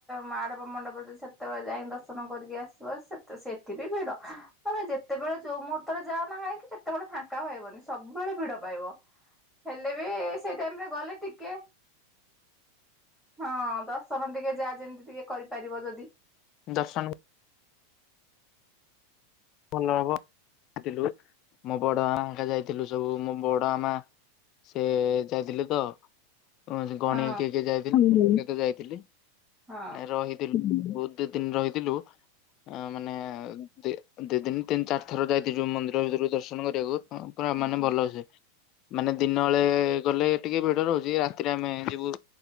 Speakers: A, in the centre; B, on the left (about 45°).
A: ମାଡ଼ପ ମଣ୍ଡପରେ ସେତେବେଳେ ଯାଇ ଦର୍ଶନ କରିକି ଆସିବ। ତ ସେଠି ବିି ଭିଡ। ତମେ ଯେତେବେଳେ ଯୋଉ ମୁହୂର୍ତ୍ତରେ ଯାଅନା କାହିଁକି କେତେବେଳେ ଫାଙ୍କା ପାଇବନି ସବୁବେଳେ ଭିଡ ପାଇବ। ହେଲେ ବି ସେଇ ଟାଇମ ରେ ଗଲେ ଟିକେ ହଁ ଦର୍ଶନ ଟିକେ ଯା ଯେମିତି ଟିକେ କରିପାରିବ ଯଦି।
B: ଦର୍ଶନ ଭଲ ହବ ଥିଲୁ ମୋ ବଡ ମାଙ୍କା ଯାଇଥିଲୁ ସବୁ ମୋ ବଡ ମା ମା ସେ ଯାଇଥିଲେ ତ। କ ଗଣ
A: ହଁ
B: କିଏ କିଏ ଯାଇଥିଲେ ତ ଯାଇଥିଲି
A: ହଁ
B: ନାଇ ରହି ବହୁତ ଦିନ ରହିଥିଲୁ ମାନେ। ଦି ଦିନ ତିନି ଚାରି ଥର ଯାଇଥିଲ ଯୋଉ ମନ୍ଦିର ଭିତରକୁ ଦର୍ଶନ କରିବାକୁ ପୁରା
A: ହଁ
B: ମାନେ ଭଲସେ। ମାନେ ଦିନ ବେଳେ ଗଲେ ଟିକେ ଭିଡ ରହୁଛି ରାତିରେ ଆମେ ଯିବୁ